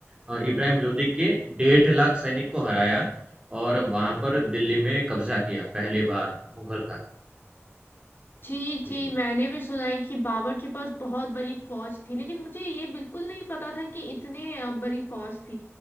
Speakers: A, on the right (about 20°); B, on the left (about 45°).
A: अ, इब्राहिम लोदी के डेढ़ लाख सैनिक को हराया और वहां पर दिल्ली में कब्जा किया पहली बार मुगल का
B: जी
A: जी
B: जी मैंने भी सुना है कि बाबर के पास बहुत बड़ी फौज थी लेकिन मुझे ये बिल्कुल नहीं पता था कि इतने अ, बड़ी फौज थी